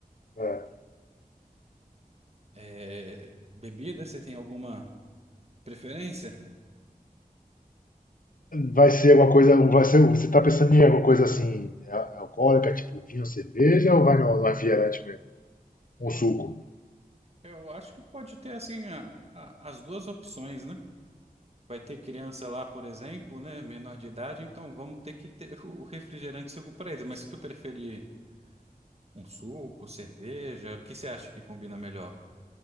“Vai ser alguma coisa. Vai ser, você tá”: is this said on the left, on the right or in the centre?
Left